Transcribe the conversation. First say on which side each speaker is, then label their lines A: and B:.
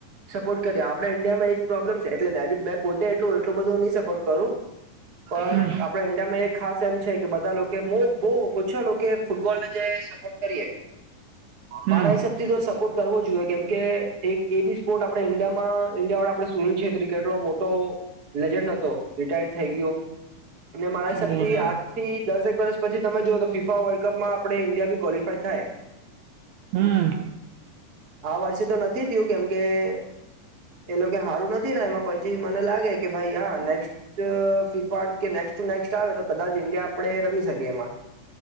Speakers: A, on the right (about 35°); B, on the right (about 85°).
A: સપોર્ટ કર્યા આપણે આપણે ઇન્ડિયા માં પ્રોબલેમ છે એટલે મેં ભી પોતે એટું એટલું બધું નહી સપોર્ટ કરું. પણ
B: હમ
A: આપડા ઇન્ડિયામાં એક ખાસ એમ છે કે બધા લોકો કે બહુ બહુ ઓછા લોકો ફૂટબોલને જે સપોર્ટ કરીએ.
B: હમ
A: મારા હિસાબથી તો સપોર્ટ કરવો જોઈએ કેમ કે એક એક- બે ભી સ્પોર્ટ આપણે ઇન્ડિયામાં ઇન્ડિયા વાળા. આપ સુન્યું છે કેટલો મોટો લેજેન્ડ હતો રિટાયર થઈ ગયો. અને મારા હિસાબ
B: બોલ.
A: થી આજ થી દસ. વર્ષ પછી તમે જો તો ફીફા વર્લ્ડ કપ માં આપણે ઇન્ડિયા બી ક્વોલિફાય થાય.
B: હમ
A: આ વર્ષે તો નથી થયું કેમ કે કે એ લોકો હારું નથી એમાં મને લાગે કે ભાઈ હા નેક્સ ટુ નેક્સ્ટ આવે તો કદાચ ઇન્ડિયા આપણે રમી. એમાં